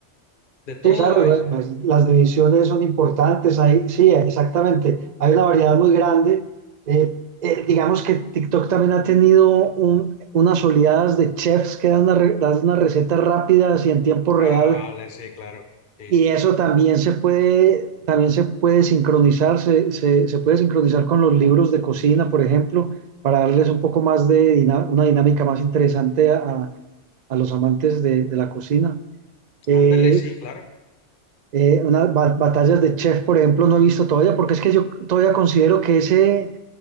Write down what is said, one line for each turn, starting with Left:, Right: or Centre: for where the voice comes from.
Left: De todo
Right: Sí, claro,
Left: hay.
Right: la- las, las divisiones son importantes. Hay, sí, exactamente. Hay una variedad muy grande. Eh, eh, digamos que TikTok también ha tenido un- unas oleadas de chefs que dan, una re- dan unas recetas rápidas y en tiempo real.
Left: Ah, vale, sí, claro. Sí,
Right: Y
Left: sí.
Right: eso también se puede, también se puede sincronizar, se, se- se puede sincronizar con los libros de cocina, por ejemplo, para darles un poco más de dina- una dinámica más interesante a, a los amantes de de la cocina. Eh,
Left: Ándale, sí, claro.
Right: eh, unas ba- batallas de chef, por ejemplo, no he visto todavía, porque es que yo todavía considero que ese,